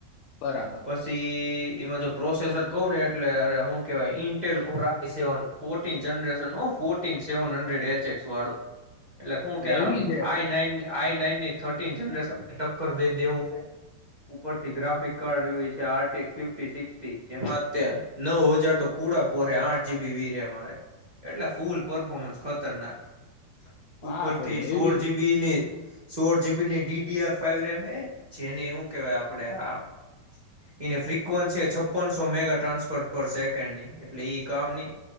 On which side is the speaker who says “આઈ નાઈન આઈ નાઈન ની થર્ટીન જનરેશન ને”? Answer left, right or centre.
Right